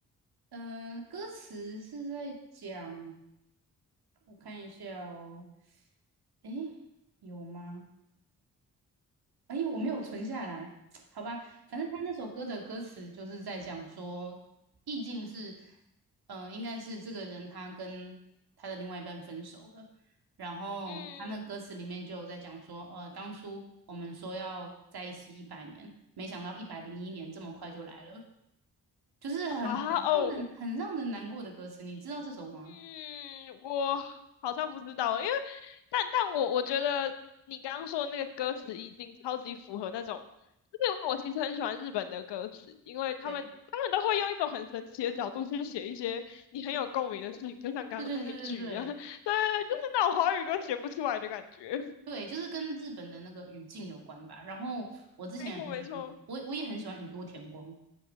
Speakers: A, on the right; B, on the left.
A: 呃，歌词是在讲，我看一下哦，诶，有吗？诶，我没有存下来，<tsk> 好吧，反正他那首歌的歌词就是在讲说，意境是，呃，应该是这个人他跟他的另外一半分手了，然后他那歌词里面就有在讲说，
B: 嗯，
A: 呃，当初我们说要在一起一百年，没想到一百零一年这么快就来了。就是很很让人很让人难过的歌词，
B: 啊，哦，
A: 你知道这首吗？
B: 嗯，我好像不知道，因为但但我我觉得你刚刚说的那个歌词已经超级符合那种，就是我其实很喜欢日本的歌词，因为他们他们都会用一种很神奇的角度去写一些你很有共鸣的事情，
A: 对，
B: 就像刚刚那一句一样，
A: 对对对对对
B: <laughs> 对，就是那种华语歌写不出来的感觉。<laughs>
A: 对，就是跟日本的那个语境有关吧。然后我之前也很喜欢宇，
B: 没错没错，
A: 我我也很喜欢宇多田光。